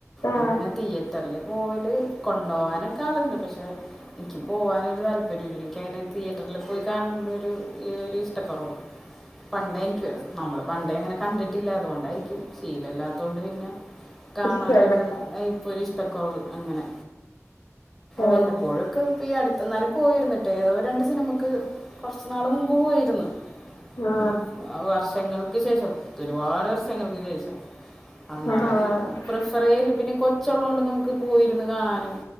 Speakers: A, on the left; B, in the centre.
A: ആ
B: അങ്ങനെ തിയേറ്ററില് പോവല് കൊണ്ടുപോകാനൊക്കെ ആളുണ്ട് പക്ഷെ എനിക്ക് പോകാനൊരു താല്പര്യമില്ല എനിക്കങ്ങനെ തിയേറ്ററിൽ പോയി കണ്ടൊരു ഈ ഒരു ഇഷ്ടക്കുറവ് പണ്ടായിക്കും നമ്മള് പണ്ടേ അങ്ങനെ കണ്ടിട്ടില്ലാതുകൊണ്ടായിരിക്കും ശീലല്ലാത്ത കൊണ്ട് പിന്നെ കാണാനൊരു
A: ഇഷ്ടല്ല
B: ഇപ്പൊരു ഇഷ്ടക്കുറവ് അങ്ങനെ
A: ആ
B: വല്ലപ്പോഴുമൊക്കെ ഇപ്പ ഈ അടു എന്നാലും പോയിരുന്നിട്ടേ ഏതോ രണ്ട് സിനിമക്ക് കുറച്ച് നാളുമുമ്പ് പോയിരുന്നു
A: ആ
B: ഉം വർഷങ്ങൾ ക്ക് ശേഷം ഒരുപാട് വർഷങ്ങൾക്ക് ശേഷം അന്നാലും
A: ആ
B: അങ്ങനെ
A: ആ
B: പ്രിഫർചെയ്യല് പിന്നെ കൊ കൊച്ച് ഉള്ളതുകൊണ്ട് നമുക്ക് പോയിരുന്നു കാണാനും